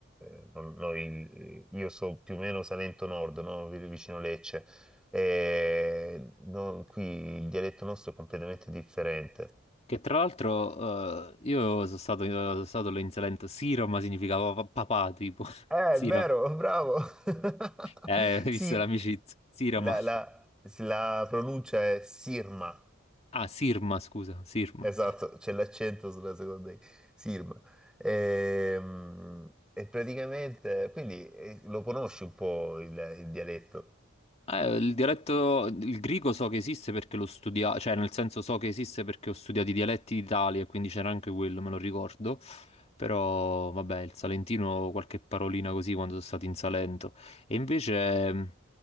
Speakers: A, in the centre; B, on the left.
A: eh, non- noi, io so più o meno Salento Nord, no? Vi- Vicino Lecce, e non- qui il dialetto nostro è completamente differente.
B: che tra l'altro eh, io sono stato, sono stato lì in Salento, Siroma significava pa- papà, tipo, <laughs>
A: Eh,
B: Siroma.
A: è vero, bravo! <laughs>
B: Eh, visto
A: Sì,
B: l'amicizia, Siroma.
A: la, la la pronuncia è Sirma.
B: Ah, Sirma, scusa, Sirma.
A: Esatto, c'è l'accento sulla seconda I, Sirma. Ehm, E, praticamente, quindi eh, lo conosci un po' il, il dialetto?
B: Ah, Eh, il dialetto, il greco so che esiste perché l'ho studiato, cioè nel senso so che esiste perché ho studiato i dialetti d'Italia, quindi c'era anche quello, me lo ricordo. Però vabbè, il salentino, qualche parolina così quando sono stato in Salento. E invece mh,